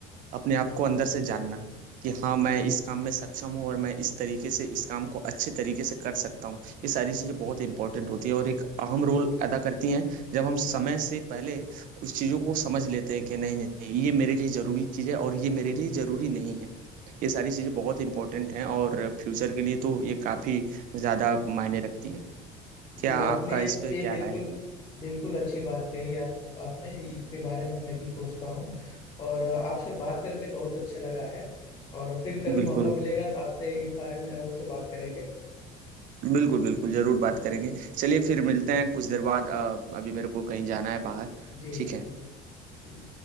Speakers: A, on the right; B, on the left.
A: अपने आप को अंदर से जानना कि हाँ मैं इस काम में सक्षम हूँ और मैं इस तरीके से इस काम को अच्छे तरीके से कर सकता हूँ ये सारी चीज़ें बहुत इंपॉर्टेंट होती है और एक अहम रोल अदा करती हैं जब हम समय से पहले उस चीज़ों को समझ लेते हैं कि नहीं नहीं ये मेरे लिए ज़रूरी चीज़ है और ये मेरे लिए ज़रूरी नहीं है ये सारी चीज़ें बहुत इंपॉर्टेंट हैं और फ्यूचर के लिए तो ये काफ़ी ज़्यादा मायने रखती है क्या
B: जी
A: आपका
B: आपने ये
A: इस पे
B: ये
A: क्या
B: बिल्कुल
A: राय है
B: बिल्कुल अच्छी बात कही आप आपने इसके बारे में मैं भी सोचता हूँ और अ, आपसे बात करके बहुत अच्छा लगा है और फिर कभी
A: बिल्कुल
B: मौका मिलेगा तो आपसे इस बारे में अवश्य बात करेंगे
A: बिल्कुल बिल्कुल जरूर बात करेंगे चलिए फिर मिलते हैं कुछ देर बाद अ, अभी मेरे को कहीं जाना है बाहर
B: जी
A: ठीक
B: जी
A: है
B: जी।